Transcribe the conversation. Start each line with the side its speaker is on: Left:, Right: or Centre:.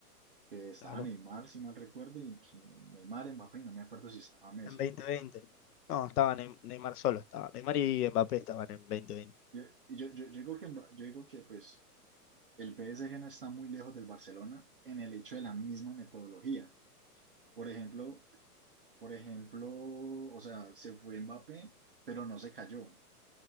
Right: que estaba
Left: claro,
Right: Neymar, si mal recuerdo, y pues, Neymar, Mbappé, y no me acuerdo si estaba Messi.
Left: en 2020. No, estaban en Neymar solo, estaba. Neymar y Mbappé estaban en 2020,
Right: Yo- Y yo, yo, yo digo que, Mba- yo digo que pues, el PSG no está muy lejos del Barcelona en el hecho de la misma metodología. Por ejemplo, por ejemplo, o sea, se fue Mbappé, pero no se cayó.